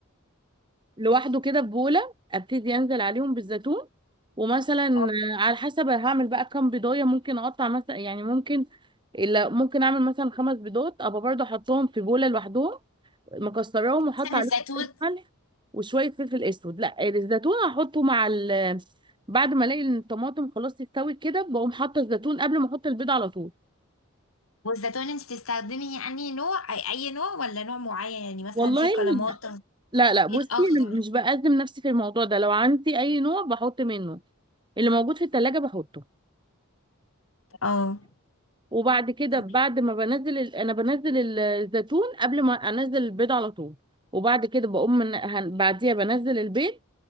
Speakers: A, on the right; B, on the left.
A: لوحده كده في بولة ابتدي انزل عليهم بالزيتون ومثلا
B: اه
A: آه، على حسب هعمل بقى كام بيضاية ممكن اقطع مثلا يعني ممكن إلا ممكن اعمل مثلا خمس بيضات ابقى برضه احطهم في بولة لوحدهم مكسراهم وحط
B: مثلا
A: عليهم
B: الزيتون
A: شوية ملح وشوية فلفل اسود لا الزيتون هحطه مع ال بعد ما الاقي إن الطماطم خلاص استوت كده بقوم حاطه الزيتون قبل ما احط البيض على طول
B: والزيتون انت بتستخدمي يعني نوع اي أي نوع ولا نوع معين يعني مثلا
A: والله
B: في كلماطة
A: إن- لا لا
B: في
A: بصي
B: الاخضر
A: أنا مش بأزم نفسي في الموضوع ده لو عندي اي نوع بحط منه اللي موجود في التلاجة بحطه
B: اه
A: وبعد كده
B: تمام
A: بعد ما بنزل ال- انا بنزل ال- الزيتون قبل ما انزل البيض على طول وبعد كده بقوم من هن- بعديها بنزل البيض